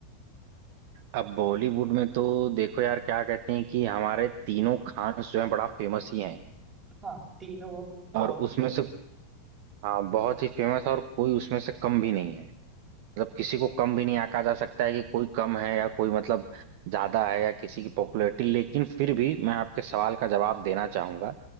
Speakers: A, on the right; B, on the right.
A: अब बॉलीवुड में तो देखो यार क्या कहते हैं कि हमारे तीनों खान जो है बड़ा फेमस ही हैं
B: हाँ तीनों बहुत
A: और
B: ही
A: उसमें से हाँ बहुत ही फेमस और कोई उसमें से कम भी नहीं है मतलब किसी को कम भी नहीं आका जा सकता है कि कोई कम है या कोई मतलब ज्यादा है या किसी की पॉपुलैरिटी लेकिन फिर भी मैं आपके सवाल का जवाब देना चाहूंगा